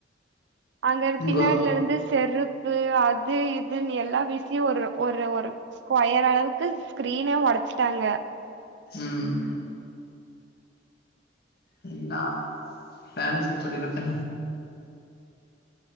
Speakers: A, on the right; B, on the left.
A: அங்க பின்னாடிலர்ந்து
B: கோ
A: செருப்பு அது இதுன்னு எல்லா வீசியோ ஒரு ஒரு ஒரு ஸ்கொயர் அளவுக்கு ஸ்கிரீனே ஒடச்சுட்டாங்க
B: ம் ம் நீங்களா டான்ஸ் எப்புடி இருக்கு